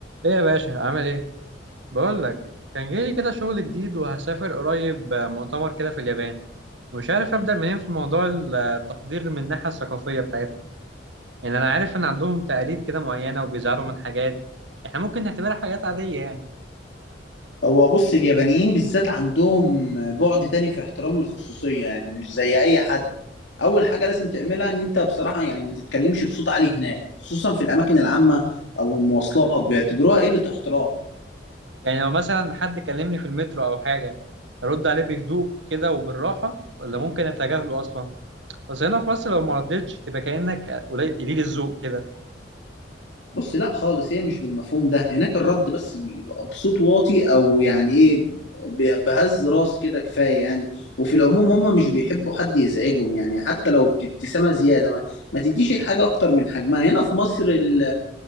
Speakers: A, on the right; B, on the left.
A: ايه يا باشا عامل ايه بقول لك كان جاي لي كده شغل جديد وهسافر قريب آه، مؤتمر كده في اليابان ومش عارف ابدا منين في موضوع التحضير من الناحيه الثقافيه بتاعتهم يعني انا عارف ان عندهم تقاليد كده معينه وبيزعلوا من حاجات احنا ممكن نعتبرها حاجات عاديه يعني
B: هو بص اليابانيين بالذات عندهم بعد تاني في احترام الخصوصية يعني مش زي أي حد أول حاجة لازم تعملها إن أنت بصراحة يعني ما تتكلمش بصوت عالي هناك خصوصا في الأماكن العامة أو المواصلات بيعتبروها قلة احترام
A: يعني لو مثلا حد كلمني في المترو او حاجه ارد عليه بهدوء كده وبالراحه ولا ممكن اتجاهله اصلا بس هنا في مصر لو ما ردتش تبقى كانك قليل قليل الذوق كده
B: بص لا خالص هي مش بالمفهوم ده هناك الرد بس بيبقى بصوت واطي او يعني ايه ب- بهز راس كده كفايه يعني وفي العموم هما مش بيحبوا حد يزعجهم يعني حتى لو بابتسامه زياده ما, ما تديش الحاجه اكتر من حجمها هنا في مصر ال